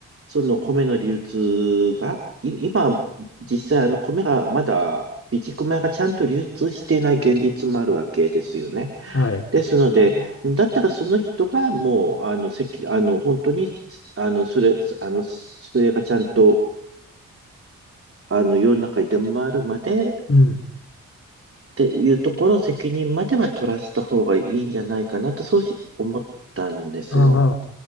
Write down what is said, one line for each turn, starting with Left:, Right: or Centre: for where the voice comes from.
Right: その米の流通が、い今、実際あの米がまだ、備蓄米がちゃんと流通していない現実もあるわけですよね。
Left: うん、はい、
Right: ですので、だったらその人がもう、あの、責、あの、本当に、あの、それ、あの、それがちゃんと、あの、世の中に出回るまで、っ
Left: うん、
Right: ていうところ、責任までは取らせた方がいいんじゃないかなと、そうし思ったんですよ。
Left: ああ、